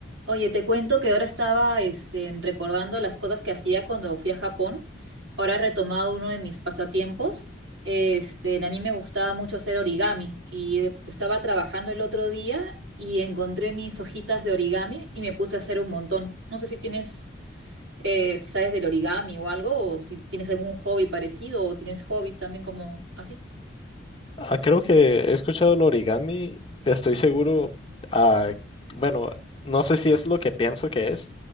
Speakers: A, on the right; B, on the left.
A: Oye, te cuento que ahora estaba este, recordando las cosas que hacía cuando fui a Japón. Ahora he retomado uno de mis pasatiempos. Este, a mí me gustaba mucho hacer origami y eh, estaba trabajando el otro día y encontré mis hojitas de origami y me puse a hacer un montón. No sé si tienes, eh, si sabes del origami o algo, o si tienes algún hobby parecido o tienes hobbies también como así.
B: Ah, creo que he escuchado el origami, estoy seguro, ah, bueno, no sé si es lo que pienso que es,